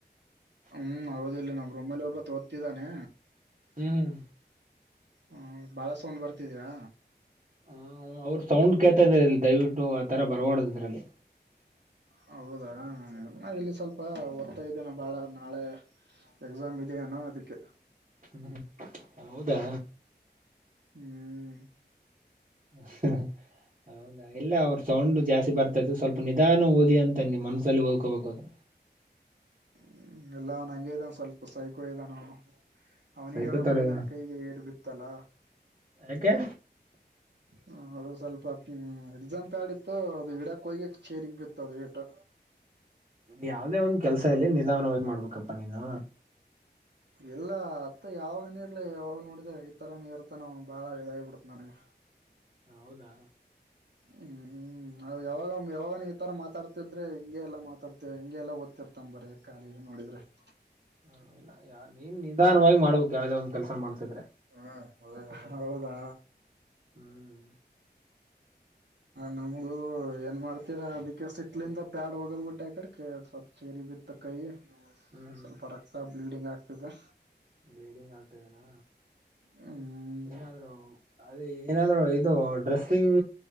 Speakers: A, on the right; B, on the right.
A: ಹ್ಮ್ ಹೌದ ಇಿಲ್ಲ ನಾವ್ ರೊಮ್ಮೇಲೆ ಒಬ್ಬ ತೋ ಿದ್ದಾನೆ
B: ಹ್ಮ್ ಹ್ಮ್
A: ಹ ಬಳ ಸೋನ್ ಬರ್ತಿದಯಾ
B: ಹ್ಮ ಅವ್ರ ಸೌಂಡ್ ಕೇಳ್ತದೇ ಅಲ್ಲಿ ದಯವಿಟ್ಟು ಆತರ ಬರ್ಬಾರ್ದ್ ಇದ್ರಲ್ಲಿ.
A: ಹೌದಾ ಹಾ ಇಲ್ಲಿ ಸ್ವಲ್ಪ ಓದತಾ ಇದ್ದೀನಿ ಬಾಳ ನಾಳೆ ಎಕ್ಸಾಮ್ ಇದೆಯೇನು ಅದಿಕ್ಕೆ
B: ಹ್ಮ್ ಹೌದಾ
A: ಹ್ಮ್
B: ಉ ಹ್ಮ್ ಇಲ್ಲ ಅವ್ರ ಸೌಂಡ್ ಜಾಸ್ತಿ ಬರ್ತೈತೆ ಸ್ವಲ್ಪ ನಿಧಾನ ಓದಿ ಅಂತ ನಿಮ್ಮ ಮನಸಲ್ಲಿ ಓದ್ಕೋಬೇಕು ಅದು
A: ಹ್ಮ್ ಎಲ್ಲ ಅವನ ಹಂಗೆ ಇದಾನ ಸ್ವಲ್ಪ ಸೈಕೋ ಇದಾನ ಅವನು ಅವ್ನಿಗೆ
B: ಸೈಕೋತರ
A: ಹೇಳಕೋಗಿ
B: ಇದ
A: ನನ್ ಕೈಗೆ ಏಟ ಬಿತ್ತಲ್ಲ.
B: ಯಾಕೆ
A: ಹ ಅದು ಸ್ವಲ್ಪ ಹ್ಮ ಎಕ್ಸಾಮ ಪ್ಯಾಡ ಇತ್ತು ಅದು ಇಡಾಕ್ ಹೋಗಿ ಚೇರಿಗ ಬಿತ್ತು ಅದರೇಟು
B: ಯಾವುದೇ ಒಂದ್ ಕೆಲಸ ಇಲ್ಲಿ ನಿಧಾನವಾಗಿ ಮಾಡ್ಬೇಕಪ್ಪಾ ನೀನು
A: ಇಲ್ಲ ಅತ್ತ ಯಾವಾಗನ ಇರ್ಲಿ ಯಾವಾಗ ನೋಡಿದ್ರೆ ಈ ತರ ನೀ ಇರ್ತಾನ ಅವನ ಬಾಳ ಇದಾಗಿಬಿಡತ ನನಗೆ.
B: ಹೌದಾ
A: ಹ್ಮ್ ಹ್ಮ ಯಾವಾಗ ಯಾವಾಗ ಈತರ ಮಾತಾಡ್ತಿದ್ರೆ ಹಿಂಗೆಲ್ಲ ಮಾತಾಡ್ತೇ ಹಿಂಗೆ ಓದ್ತಿರ್ತಾನ ಬರೀ ಖಾಲಿ ನೋಡಿದ್ರೆ. <inaudible>
B: ಹ ಇಲ್ಲ ನೀನ್ ನಿಧಾನವಾಗಿ ಮಾಡ್ಬೇಕು ಯಾವ್ದೇ ಒಂದ್ ಕೆಲ್ಸ ಮಾಡ್ಸಿದ್ರೆ.
A: ಹ್ಮ <unintelligible> ಅದ ಹೌದಾ
B: ಹ್ಮ್
A: ನಮಗ ಏನ್ ಮಾಡ್ತೀರಾ ಅದಿಕೆ ಸಿಟ್ಲಿಂದ ಪ್ಯಾಡ ವಗದ ಬಿಟ್ಟೆ ಅಕಡೆ ಅದಕೆ ಸ್ವಲ್ಪ ಚೇರಿಗೆ ಬಿತ್ತ ಕೈ
B: ಹ್ಮ್
A: ಸ್ವಲ್ಪ ರಕ್ತ ಬ್ಲೀಡಿಂಗ್ ಆಗ್ತಿದೆ
B: ಬ್ಲೀಡಿಂಗ್ ಆಗ್ತದೇನಾ
A: ಹ್ಮ್
B: ಏನಾದ್ರು ಅದೇ ಏನಾದ್ರು ಇದು ಡ್ರೆಸ್ಸಿಂಗ್